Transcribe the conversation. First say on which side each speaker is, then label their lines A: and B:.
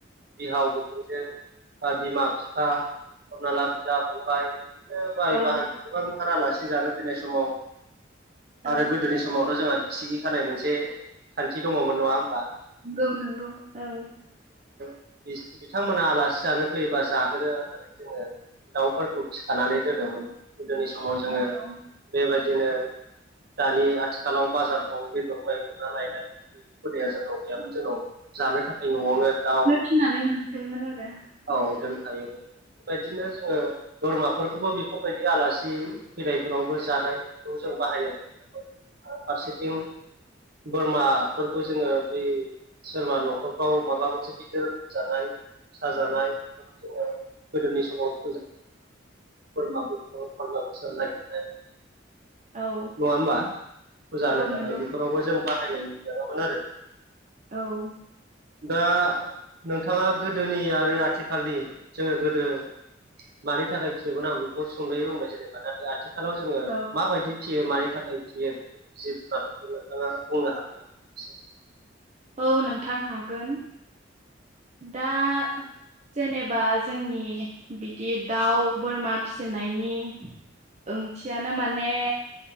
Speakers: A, on the right (about 55°); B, on the right (about 35°).
A: बिहाव बिखुमजो बा बिमा फिफा हमना ला बिदा फंबाय बिदिनो बाहाय
B: औ
A: बाहाग गोबांथार आलासि जानो फैनाय समाव आरो
B: औ
A: गोदोनि समावथ' जोंहा बिसिगि खानाय मोनसे खान्थि दङमोन नङा होमबा
B: गौ नंगौ औ
A: बिस-बिथांमोना आलासि जानो फैयोबा जाहोनो होननानै जोङो दाउफोरखौ थिखानानै दोनोमोन गोदोनि समाव जोङो
B: नंगौ
A: बेबायदिनो दानि आथिखालाव बाजारफ्राव बेदर बायखरना लायनाय बैफोरिया जोंनाव गैयामोन जोंनाव जानो थाखाय न'आवनो दाउ
B: फिनानै मोनखायोमोन आरो
A: औ
B: उम।
A: दोनखायो बायदिनो जोङो बोरमाफोरखौबो बेफोरबायदि आलासि फैनायफोरावबो जानाय औ जों बाहायनो <inaudible> फारसेथिं बोरमाफोरखौ जोङो बै सोरबा न'खरफ्राव माबा मोनसे गिदिर लोमजानाय साजानाय जोङो गोदोनि समाव <inaudible> नागिरनाय
B: औ
A: नङा ओमबा फुजा होनो
B: औ
A: थाखाय
B: नंगौ
A: बेफोरावबो जों बाहायनाय मोनोमोन आरो
B: औ
A: दा नोंथाङा गोदोनि आरो आथिखालनि जोङो गोदो मानि थाखाय फियोमोन आं बेखौ सुंदयै बुंसै जेनबा नाथाय आथिखालाव जोङो
B: औ
A: माबायदि फियो मानि थाखाय फियो बे जिफ्रा बेखौ नोंथाङा बुंनो हागोन नामा
B: औ नोंथां हागोन दा जेनेबा जोंनि बिदि दाउ बोरमा फिसिनायनि ओंथियानो माने